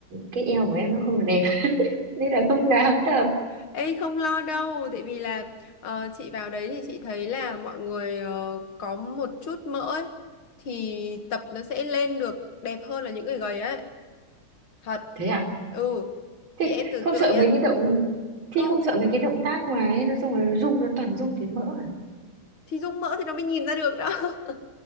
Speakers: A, on the right; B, on the left.
A: cái eo của em nó không được đẹp <laughs> nên là không dám tập.
B: Ê không lo đâu, tại vì là ờ, chị vào đấy thì chị thấy là mọi người ờ, có một chút mỡ ấy, thì tập nó sẽ lên được đẹp hơn là những người gầy ấy. Thật.
A: Thế à?
B: Ừ.
A: Thế
B: Thì em tưởng
A: không
B: tượng
A: sợ
B: nhá.
A: mấy cái động
B: Không,
A: thì không sợ mấy cái động tác mà ấy, nó xong rồi nó rung nó toàn rung thấy mỡ à?
B: thì dung mỡ thì nó mới nhìn ra được đó. <laughs>